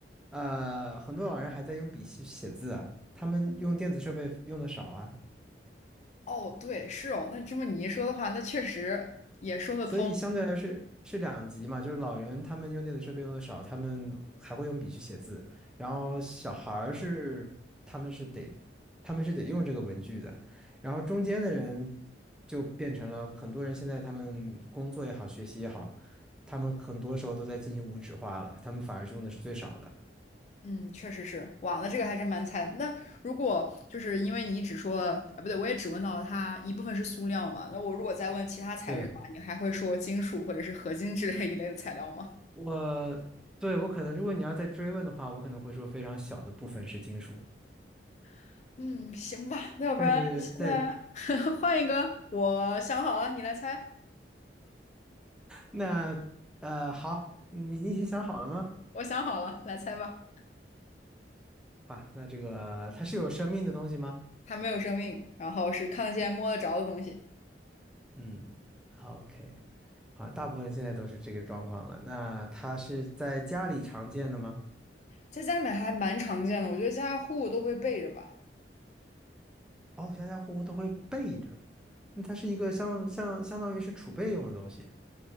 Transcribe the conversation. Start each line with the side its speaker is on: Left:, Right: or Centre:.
Centre: 呃，很多老人还在用笔写写字啊，他们用电子设备用的少啊。
Left: 哦，对，是哦，那这么你一说的话，那确实也说得通。
Centre: 所以相对来是是两极嘛，就是老人他们用电子设备用的少，他们还会用笔去写字，然后小孩儿是他们是得他们是得用这个文具的，然后中间的人就变成了很多人现在他们工作也好，学习也好，他们很多时候都在进行无纸化了，他们反而是用的是最少的。
Left: 嗯，确实是，哇，那这个还真蛮菜的。那如果就是因为你只说了，啊，不对，我也只问到了它一部分是塑料嘛，那我如果再问其他材质的话，
Centre: 对，
Left: 你还会说金属或者是合金之类一类的材料吗？
Centre: 我，对，我可能，如果你要再追问的话，我可能会说非常小的部分是金属，
Left: <laughs> 嗯，行吧，那要不然现在
Centre: 但是在
Left: <laughs> 换一个，我想好了，你来猜。
Centre: 那呃，好，你你已经想好了吗？
Left: 我想好了，来猜吧。
Centre: 哇，那这个它是有生命的东西吗？
Left: 它没有生命，然后是看得见、摸得着的东西，
Centre: 嗯，OK，好像大部分现在都是这个状况了。那它是在家里常见的吗？
Left: 在家里面还蛮常见的，我觉得家家户户都会备着吧。
Centre: 哦，家家户户都会备着。那它是一个相相相当于是储备用的东西，